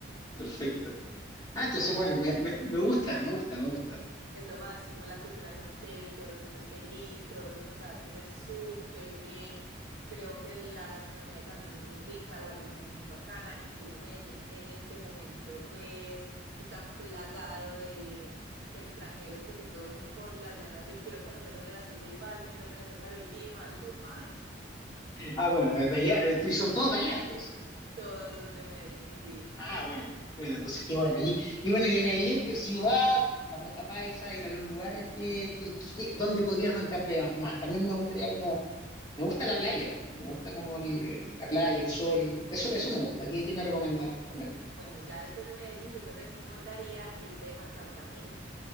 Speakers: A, on the left; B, on the right.
A: Perfecto. Ah, entonces, bueno, me, me, me gusta, me gusta, me gusta.
B: es lo máximo, la cultura acá es chévere, todo el mundo es feliz, todo el mundo te va a atender súper bien. Creo que la gastronomía también es muy rica, la rumba es muy bacana, incluso Medellín en este momento pues está plagado de, de extranjeros porque todos son con las ganas de quiero conocer dónde nació J Balvin, dónde nació Karol G, Maluma, <laughs>
A: Ah, bueno, desde allá, eh, tú- y son todos de allá, entonces.
B: todos son de Medellín, sí.
A: Ah, bueno, bueno, entonces qué bueno. Y, y bueno, y de Medellín, ¿qué ciudad, bandeja paisa, ir a los lugares que, que, que- que- donde podría arrancar ve- más? También me gustaría como, me gusta la playa también, me gusta como el- el- la playa, el sol, eso, eso me gusta. ¿Qué, qué me recomendás también?
B: Bueno, ya después de Medellín yo te recomendaría irte a Cartagena.